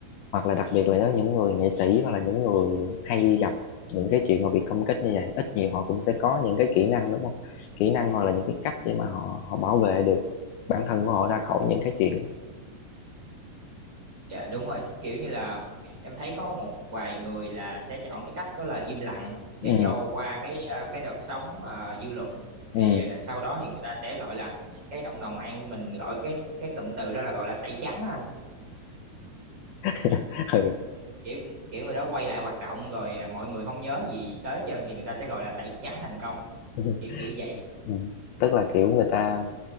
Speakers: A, on the left; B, on the right.
A: hoặc là đặc biệt là với những người nghệ sĩ hoặc là những người hay gặp những cái chuyện mà bị công kích như vậy ít nhiều họ cũng sẽ có những cái kỹ năng đúng không kỹ năng hoặc là những cái cách để mà họ họ bảo vệ được bản thân của họ ra khỏi những cái chuyện
B: Dạ đúng rồi, kiểu như là em thấy có một vài người là sẽ chọn cái cách đó là im lặng để
A: ừ
B: cho qua cái à, cái đợt sóng mà dư luận
A: ừ
B: thì à, sau đó thì người ta sẽ gọi là cái cộng đồng mạng mình gọi cái cái cụm từ đó là gọi là tẩy trắng á anh.
A: <laughs> ừ,
B: Kiểu kiểu người đó quay lại hoạt động rồi à, mọi người không nhớ gì tới hết trơn thì người ta sẽ gọi là tẩy trắng thành công,
A: ừ.
B: kiểu kiểu vậy.
A: ừ. tức là kiểu người ta